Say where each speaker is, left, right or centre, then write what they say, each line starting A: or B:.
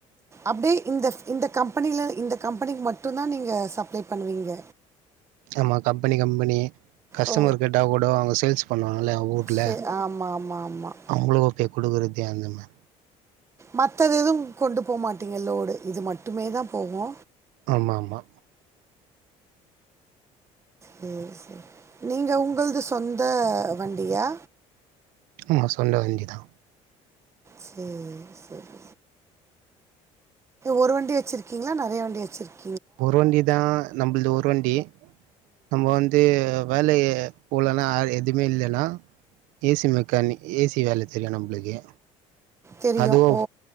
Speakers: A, on the right; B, on the right.
A: அப்டே இந்த இந்த கம்பெனில இந்த கம்பெனிக் மட்டுந்தா நீங்க சப்லே பண்ணுவீங்க
B: ஆமா கம்பெனி கம்பெனி கஸ்டமர்
A: ஓ
B: கேட்டா கூட அவங்க சேல்ஸ் பன்னுவாங்கல்ல வூட்ல
A: சரி ஆமாம் ஆமாம் ஆமாம்
B: அவுங்களுதே குடுக்குறதே அந்தமா
A: மத்தது எதுவு கொண்டு போகமாட்டீங்க லோடு இது மட்டுமே தா போகு
B: ஆமாமா
A: சேர் செரி நீங்கள் உங்கள்து சொந்த வண்டியா
B: ஆமா சொந்த வண்டி தா
A: சேரி செரி ஒரு வண்டி வெச்சிருக்கீங்களா நெறைய வண்டி வெச்சிருக்
B: ஒருவண்டி தா நம்மள்து ஒருவண்டி நம்ம வந்து வேலைய போலன்னா எதுமே இல்லைனா ஏசி மெக்கானிக் ஏசி வேலை தெரியும் நம்ளுக்கே
A: தெரியும்
B: அதுவு
A: ஓ